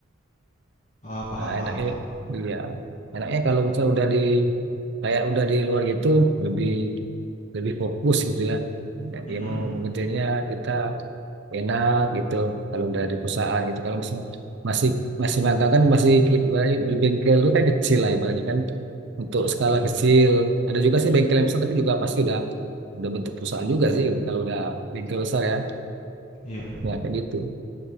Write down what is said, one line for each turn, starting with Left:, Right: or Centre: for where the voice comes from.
Left: ah, paham,
Right: nah,
Left: paham,
Right: enaknya
Left: paham.
Right: iya enaknya kalau misalnya udah di kayak udah di luar gitu lebih lebih fokus gitu ya. Jadi
Left: Mm-mm.
Right: mau mengejarnya kita enak gitu kalau dari perusahaan gitu kalau masih masih masih magang kan masih ki- ibaratnya di bengkel itu kan kecil lah ibaratnya kan untuk skala
Left: Iya.
Right: kecil ada juga sih bengkel yang besar tapi juga pasti udah udah bentuk perusahaan juga sih gitu, kalau udah bengkel besar ya
Left: Iya.
Right: ya kayak gitu